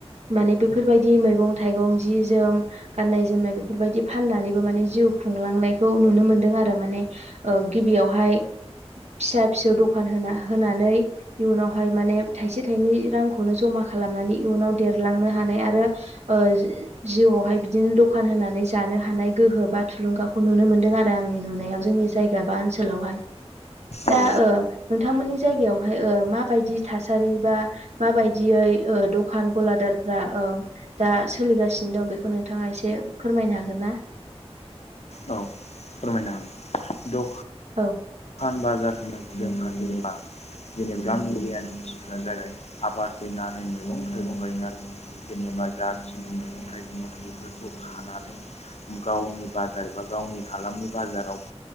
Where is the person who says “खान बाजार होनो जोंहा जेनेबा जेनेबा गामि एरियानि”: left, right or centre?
Left